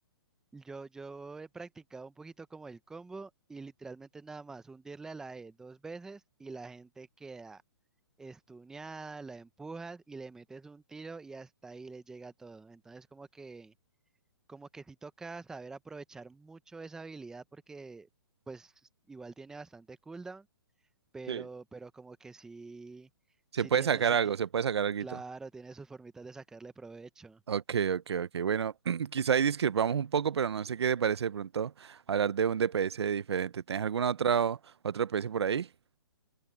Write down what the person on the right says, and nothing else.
Sí.
Se
puede
sacar
algo,
se puede sacar algo.
Ok, ok, ok. Bueno, <clears throat> quizá ahí discrepamos un poco, pero no sé qué te parece de pronto hablar de un DPS diferente. ¿Tienes alguna otra otro DPS por ahí?